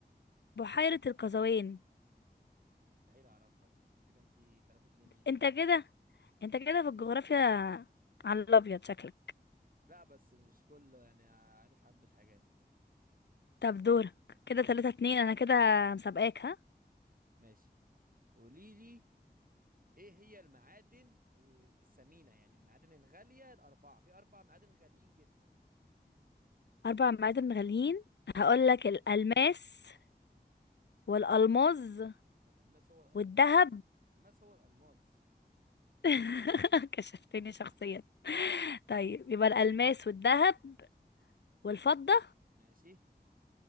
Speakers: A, on the left; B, on the right.
A: بحيرة القزوين
B: مستحيل اعرفها دي كده انتي 3 2 ليكي
A: انت كده انت كده في الجغرافيا على الابيض شكلك
B: لا بس مش كله يعني عارف حبه حاجات
A: طب دورك كده تلاتة اتنين انا كده مسابقاك ها
B: ماشي قولي لي ايه هي المعادن ال- الثمينه يعني المعادن الغاليه الاربعه في اربع معادن غاليين جدا
A: اربع معادن غاليين هقولك
B: اه
A: الالماس والالماظ
B: الالماس هو الالماس
A: والذهب
B: الالماس هو الالماس
A: <laughs> كشفتني شخصيا طيب يبقى الالماس والذهب والفضة
B: ماشي